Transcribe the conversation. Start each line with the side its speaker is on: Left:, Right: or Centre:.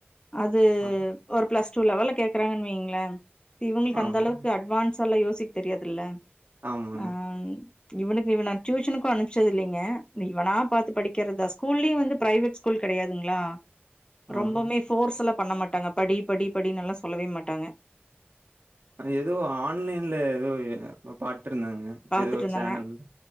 Left: அது
Right: ஆ.
Left: ஒரு ப்ளஸ் டூ லெவல்ல கேக்கறாங்கன் வெய்ங்ளே இவுங்ளுக்கு
Right: ஆமா.
Left: அந்தளவுக்கு அட்வான்ஸால்லா யோசிக் தெரியாதுல்ல
Right: ஆமாங்க.
Left: ஆ ம் இவுனுக்கு இவுன நா ட்யூஷனுக்கு அனுப்ச்சதில்லைங்க ம் இவனா பாத்து படிக்கிறதா ஸ்கூல்லயு வந்து ப்ரைவேட் ஸ்கூல் கெடையாதுங்ளா ரொம்பவ்மே
Right: ஆமா.
Left: ஃபோர்ஸ் எல்லா பண்ண மாட்டாங்க படி படி படின்னெல்லா சொல்லவே மாட்டாங்க
Right: அது எதோ ஆன்லைன்ல எதோ எ என்னமோ பாட்ருந்தாங்க
Left: பாத்துட்டு
Right: எதோ
Left: இருந்தாங்க
Right: சேனல்